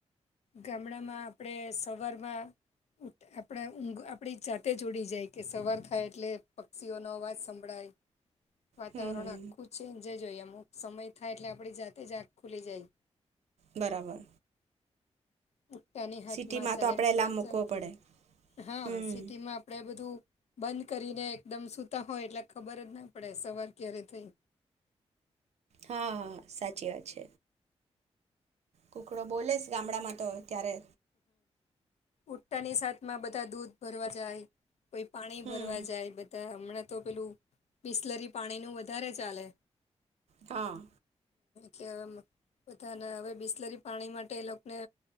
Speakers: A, on the left; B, on the right.
A: ગામડામાં આપણે સવારમાં આપણે ઊંઘ આપણી જાતે ઊડી જાય કે સવાર થાય એટલે પક્ષીઓનો અવાજ સંભળાય વાતાવરણ
B: હમ હમ
A: આખું ચેન્જ જ હોય એમ અમુક સમય થાય એટલે આપણી જાતે જ આખ ખુલી જાય.
B: બરાબર
A: હ ઉઠતાની હાથમાં
B: સિટીમાં
A: ચહેલ
B: તો આપણે
A: પહેલ
B: એલાર્મ મૂકવો
A: ચાલુ
B: પડે
A: થઈ જાય હા
B: હમ
A: સિટીમાં આપણે બધું બંધ કરીને એકદમ સૂતા હોય એટલે ખબર જ ના પડે સવાર ક્યારે થઈ.
B: હા સાચી વાત છે. કુકડો બોલેસ ગામડામાં તો ત્યારે
A: ઉઠતાની સાતમાં બધા દૂધ ભરવા જાય. કોઈ પાણી
B: હમ
A: ભરવા જાય બધા હમણાં તો પેલું બિસ્લરી પાણીનું વધારે ચાલે
B: હા
A: કે બધાના હવે બિસ્લરી પાણી માટે એ લોકોને